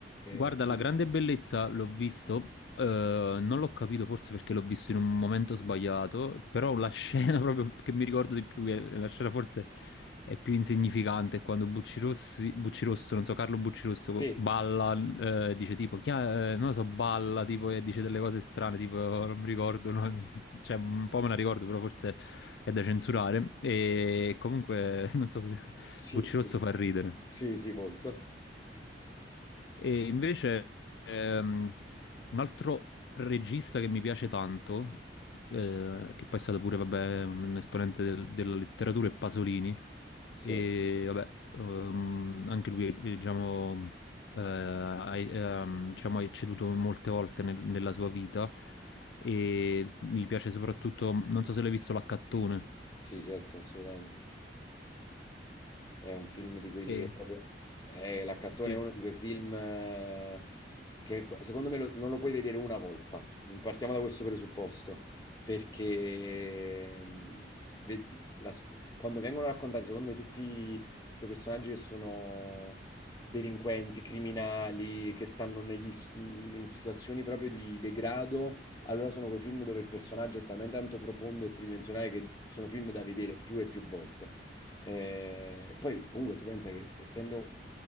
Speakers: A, on the left (about 75°); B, on the left (about 20°).
A: Guarda,
B: Eh, quindi
A: la grande bellezza l'ho visto, eh, non l'ho capito forse perché l'ho visto in un momento sbagliato, però la scena <laughs> proprio che mi ricordo di più, che la scena forse è più insignificante, è quando Bucci Rossi, Bucci Rosso, non so, Carlo Bucci Rosso
B: sì,
A: balla, eh, dice tipo, chi ha- eh, non lo so, balla tipo e dice delle cose strane, tipo <laughs> non mi ricordo, no? Cioè un po' me la ricordo, però forse è da censurare e comunque <laughs> non so, se-
B: sì,
A: Bucci
B: sì,
A: Rosso fa ridere.
B: sì, sì, molto.
A: E invece ehm, un altro regista che mi piace tanto, eh, che poi è stato pure vabbè, un esponente del- della letteratura, è Pasolini,
B: Sì,
A: e vabbè, ehm, anche lui eh, diciamo, eh, ha, ehm, diciamo, ha ceduto molte volte nel- nella sua vita e mi piace soprattutto, non so se l'hai visto, L'Accattone.
B: sì, certo, assolutamente. È un film di quelli
A: Eh,
B: che proprio... eh, L'Accattone
A: sì.
B: è uno di quei film eh, che co- secondo me lo- non lo puoi vedere una volta. Partiamo da questo presupposto, perché mm, ve- la s- quando vengono raccontati, secondo me, tutti quei personaggi che sono delinquenti, criminali, che stanno negli s- mm, in situazioni proprio di degrado, allora sono quei film dove il personaggio è talmente tanto profondo e tridimensionale che sono film da vedere più e più volte. Eh, poi comunque tu pensa che essendo